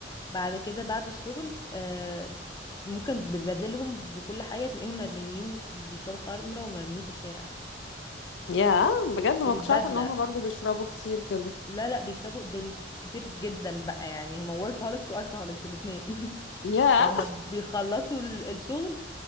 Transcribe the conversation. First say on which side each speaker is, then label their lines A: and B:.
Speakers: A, on the left (about 20°); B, on the left (about 80°).
A: بعد كده بعد الشغل أه، ممكن ببدلهم بكل حاجة تلاقيهم مرميين بيشربوا خمرة ومرميين في الشارع
B: يا بجد ما
A: بالبدلة
B: كنتش عارفه ان هم برضو بيشربوا كتير كده
A: لا لا بيشربوا دول كتير جدا بقى يعني هما workaholics والكهوليكس الاثنين <laughs>
B: يا
A: فهم بيخلصوا ال- الشغل